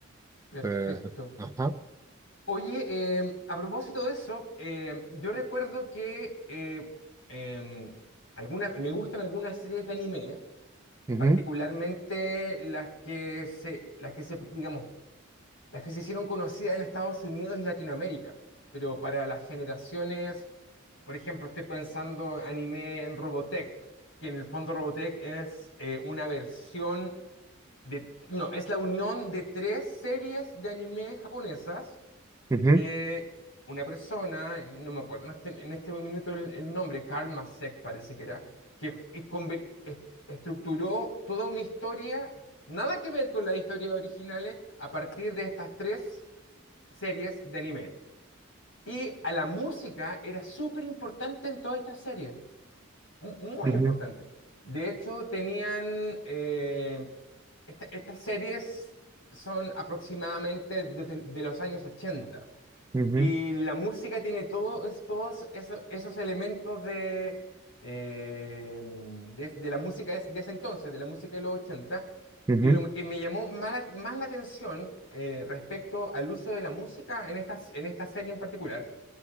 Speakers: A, on the left; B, on the right.
A: perfecto.
B: Eh, ajá.
A: Oye, em, a propósito de eso, em, yo recuerdo que eh, em, alguna- me gustan algunas series de anime,
B: ujú,
A: particularmente las que se, las que se, digamos, las que se hicieron conocidas en Estados Unidos y Latinoamérica, pero para las generaciones. Por ejemplo, estoy pensando anime en Robotech, que en el fondo Robotech es eh, una versión de... No, es la unión de tres series de anime japonesas
B: ujú,
A: que una persona, no me acuerdo en este, en este minuto el, el nombre, Karl Masek parece que era, que y conver- est- estructuró toda una historia, nada que ver con las historias originales, a partir de estas tres series de anime. Y a la música era súper importante en todas estas series mu- muy
B: ujú,
A: importante. De hecho, tenían... eh, esta- estas series son aproximadamente desde de los años ochenta
B: ujú,
A: Y la música tiene todo es- todos esos esos, elementos de, eh, de, de la música de, de ese entonces, de la música de los ochenta
B: ujú,
A: Y lo que me llamó más, la más la atención eh, respecto al uso de la música en esta, en esta serie en particular